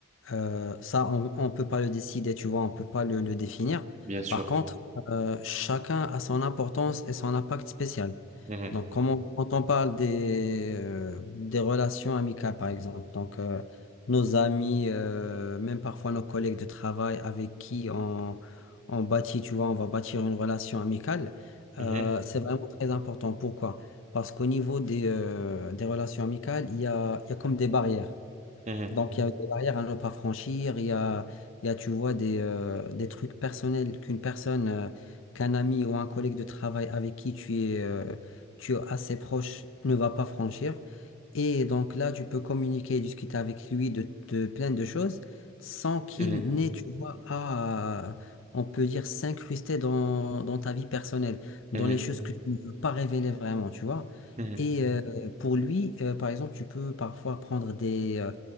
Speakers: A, on the left; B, on the right.
A: Euh, ça, on ne peut pas le décider, tu vois, on ne peut pas le, le définir.
B: Bien sûr.
A: Par contre, euh, chacun a son importance et son impact spécial.
B: Mhm.
A: Donc, comme on- quand on parle des, euh, des relations amicales, par exemple, donc euh, nos amis, euh, même parfois nos collègues de travail avec qui on, on bâtit, tu vois, on va bâtir une relation amicale,
B: Mhm.
A: euh, c'est vraiment très important. Pourquoi? Parce qu'au niveau des, euh, des relations amicales, il y a, il y a comme des barrières.
B: Mhm.
A: Donc, il y a des barrières à ne pas franchir, il y a, il y a, tu vois, des, euh, des trucs personnels qu'une personne, euh, qu'un ami ou un collègue de travail avec qui tu es, euh, tu es assez proche ne va pas franchir. Et donc là, tu peux communiquer et discuter avec lui de, de plein de choses sans qu'il
B: Mhm.
A: n'ait, tu vois, à, euh, on peut dire, s'incruster dans, dans ta vie personnelle,
B: Mhm.
A: dans les choses que tu ne veux pas révéler vraiment, tu vois.
B: Mhm.
A: Et euh, pour lui, euh, par exemple, tu peux parfois prendre des... euh,